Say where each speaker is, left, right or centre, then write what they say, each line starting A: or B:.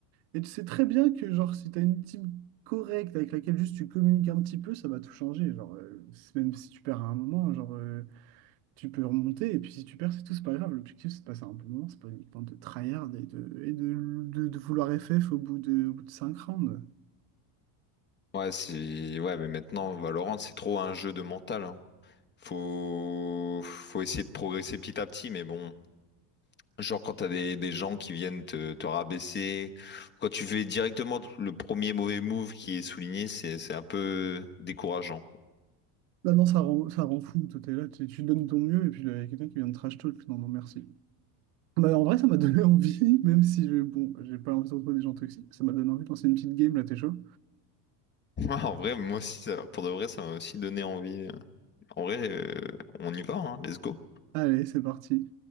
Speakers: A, on the right; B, on the left.
A: et tu sais très bien que, genre, si t'as une team correcte avec laquelle juste tu communiques un petit peu, ça va tout changer. Genre, euh, c'est- même si tu perds à un moment, genre, euh, tu peux remonter, et puis si tu perds, c'est tout, c'est pas grave. L'objectif, c'est de passer un bon moment, c'est pas uniquement de tryhard et de, et de, de, de vouloir FF au bout de, au bout de 5 rounds.
B: Ouais, c'est ouais mais maintenant Valorant c'est trop un jeu de mental hein. Faut faut essayer de progresser petit à petit mais bon Genre quand t'as des, des gens qui viennent te, te rabaisser, quand tu fais directement le premier mauvais move qui est souligné, c'est, c'est un peu décourageant.
A: Bah non, ça rend, ça rend fou. Toi, t'es là, tu, tu donnes ton mieux, et puis là, il y a quelqu'un qui vient de trash talk. Non, non, merci. Bah, en vrai, ça m'a donné <laughs> envie, même si je, bon, j'ai pas envie de trouver des gens toxiques. Ça m'a donné envie de lancer une petite game, là, t'es chaud?
B: <laughs> En vrai, moi aussi, ça- pour de vrai, ça m'a aussi donné envie. En vrai, euh, on y va, hein, let's go.
A: Allez, c'est parti.